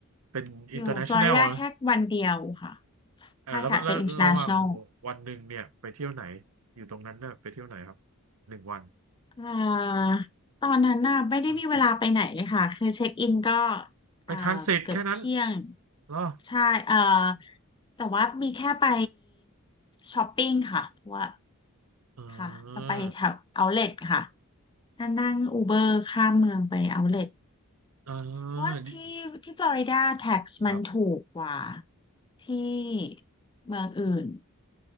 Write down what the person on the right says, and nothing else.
เป็น
international นะเออแล้วแล้วระหว่าง
วันหนึ่งเนี่ยไปเที่ยวไหนอยู่ตรงนั้นน่ะไปเที่ยวไหนครับหนึ่งวัน
อังกฤษ ไปทันเสร็จแค่นั้น
เหรอ
เออ
เออ
ดิครับ